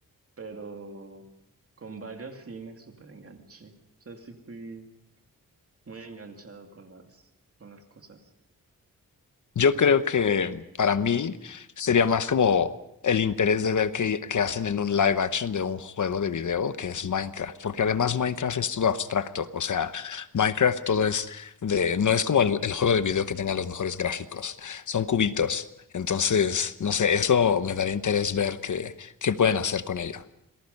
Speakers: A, on the right (about 40°); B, on the left (about 60°).
A: pero con varios sí me súper enganché. O sea, sí fui muy enganchado con las, con las cosas.
B: Yo creo que para mí sería más como el interés de ver qué, qué hacen en un live action de un juego de video que es Minecraft, porque además Minecraft es todo abstracto, o sea, Minecraft todo es de, no es como el, el juego de video que tenga los mejores gráficos, son cubitos. Entonces, no sé, eso me daría interés ver qué, qué pueden hacer con ello.